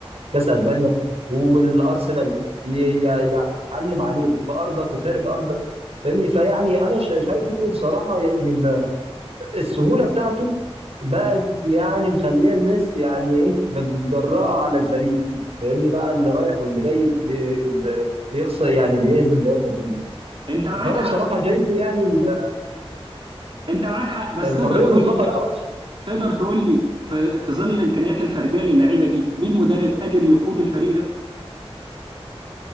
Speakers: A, on the right; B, on the right.
A: كاس اسبانيا والارسنال ي- ي- يعلم عليك في ارضك وخارج ارضك فاهمني فيعني انا ش- شايفه بصراحه يعني السهوله بتاعته بقت يعني مخليه الناس يعني ايه متجرأه على الفريق فاهمني بقى اللي رايح واللي جاي بي بي- بيخسر يعني بيهزم ريال مدريد
B: انت معاك
A: فانا
B: حق
A: بصراحه شايفه يعني ال-
B: انت معاك حق بس
A: الحريه
B: تقدر
A: المطلقه
B: تقول لي
A: لا وحشه
B: تقدر تقول لي في في ظل الامكانيات الفرديه للعيبه دي مين مدرب قادر يقود الفريق ده